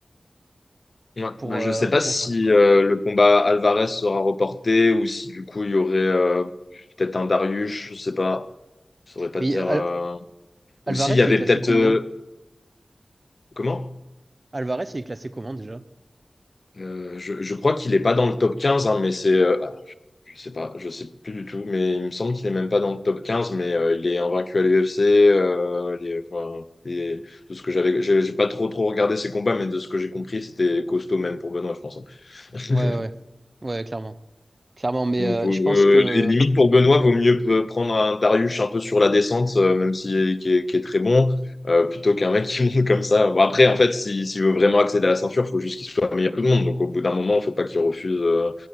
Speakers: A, on the left; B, on the right.
A: Ouais.
B: pour,
A: Bah, je
B: euh,
A: sais pas
B: pour
A: si
B: se-
A: euh, le combat Alvarez sera reporté ou si du coup il y aurait euh, peut-être un Darius, je sais pas. Je saurais pas
B: Mais
A: te dire.
B: Al-
A: euh, Ou
B: Alvarez,
A: s'il y avait
B: il est classé
A: peut-être.
B: combien?
A: euh, Comment?
B: Alvarez, il est classé comment déjà?
A: Euh, je, je crois qu'il est pas dans le top 15, hein, mais c'est. euh, ah, je sais pas, je sais plus du tout, mais il me semble qu'il est même pas dans le top 15. mais euh, il est invaincu à l'UFC. euh, il est- enfin, il est- de ce que j'avais. J'ai j'ai pas trop, trop regardé ses combats, mais de ce que j'ai compris, c'était costaud même pour Benoît, je pense. hein. <laughs>
B: Ouais, ouais, ouais, clairement. Clairement, mais
A: Donc,
B: euh,
A: vaut-
B: je
A: euh,
B: pense que.
A: et limite pour Benoît, vaut mieux euh, prendre un Darius un peu sur la descente, euh, même si euh, qui est, qui est très bon, euh, plutôt qu'un mec <laughs> qui monte comme ça. Bon, après, en fait, si- s'il veut vraiment accéder à la ceinture, il faut juste qu'il soit meilleur que tout le monde. Donc au bout d'un moment, il faut pas qu'il refuse euh,